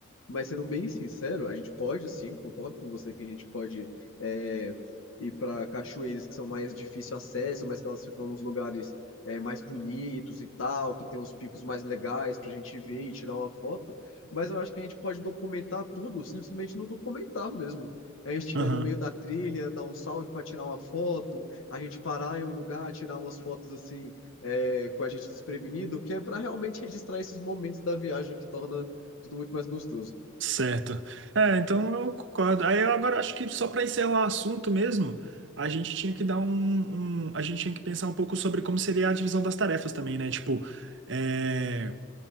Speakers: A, on the left; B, on the right.
A: Mas sendo bem sincero, a gente pode sim, concordo com você que a gente pode é, ir para cachoeiras que são mais difícil acesso, mas que elas ficam nos lugares é, mais bonitos e tal, que tem os picos mais legais para a gente ver e tirar uma foto. Mas eu acho que a gente pode documentar tudo, simplesmente no documentar mesmo. A gente estiver
B: Aham.
A: no meio da trilha, dar um salve para tirar uma foto, a gente parar em um lugar, tirar umas fotos assim, é, com a gente desprevenido, que é para realmente registrar esses momentos da viagem que torna tudo muito mais gostoso.
B: Certo. É, então eu concordo. Aí eu agora acho que só para encerrar o assunto mesmo, a gente tinha que dar um, um- A gente tinha que pensar um pouco sobre como seria a divisão das tarefas também, né? Tipo, é,